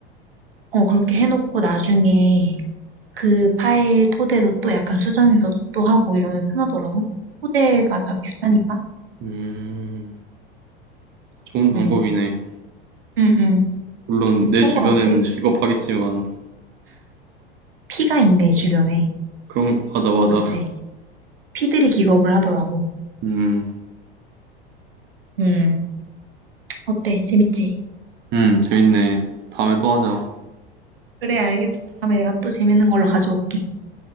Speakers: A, on the right; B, on the right.
A: 어, 그렇게 해놓고 나중에 그 파일 토대로 또 약간 수정해서 또 하고 이러면 편하더라고. 토대가 다 비슷하니까.
B: 음, 좋은 방법이네.
A: 응, 응, 응.
B: 물론 내
A: 그런
B: 주변에는
A: 것 같아.
B: 기겁하겠지만.
A: 피가 있네, 주변에.
B: 그럼, 맞아, 맞아.
A: 맞지? 피들이 기겁을 하더라고.
B: 음,
A: 음. 어때? 재밌지?
B: 음, 재밌네. 다음에 또 하자.
A: 그래, 알겠어. 다음에 내가 또 재밌는 걸로 가져올게.